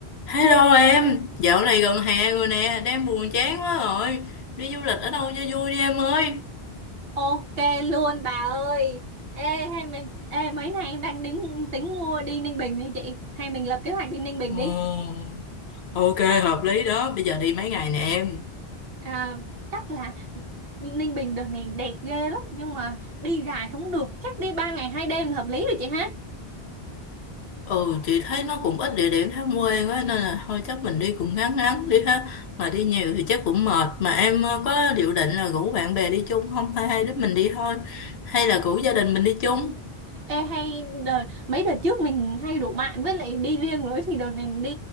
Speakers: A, on the left; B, on the right.
A: Hello em, dạo này gần hè rồi nè, đang buồn chán quá rồi. Đi du lịch ở đâu cho vui đi em ơi.
B: Ok luôn bà ơi. Ê, hay mình ê mấy nay em đang tính tính mua đi Ninh Bình đi chị. Hay mình lập kế hoạch đi Ninh Bình
A: Ồ,
B: đi.
A: ok, hợp lý đó, bây giờ đi mấy ngày nè em.
B: À, chắc là Ninh Bình đợt này đẹp ghê lắm nhưng mà đi dài không được, chắc đi 3 ngày hai đêm là hợp lý rồi chị ha.
A: Ừ, chị thấy nó cũng ít địa điểm tham quan á, nên là thôi chắc mình đi cũng ngắn ngắn đi ha. Mà đi nhiều thì chắc cũng mệt, mà em ờ, có dự định là rủ bạn bè đi chung không? Hay hai đứa mình đi thôi, hay là rủ gia đình mình đi chung?
B: Ê hay đợt mấy đợt trước mình hay rủ bạn với lại đi riêng rồi thì đợt này mình đi